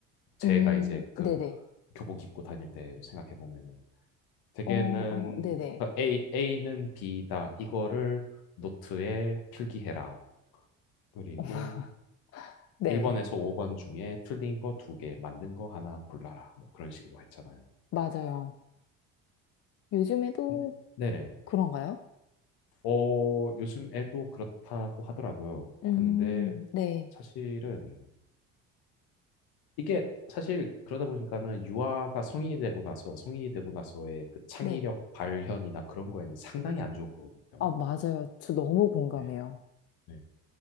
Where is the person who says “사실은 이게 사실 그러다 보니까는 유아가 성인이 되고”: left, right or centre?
Left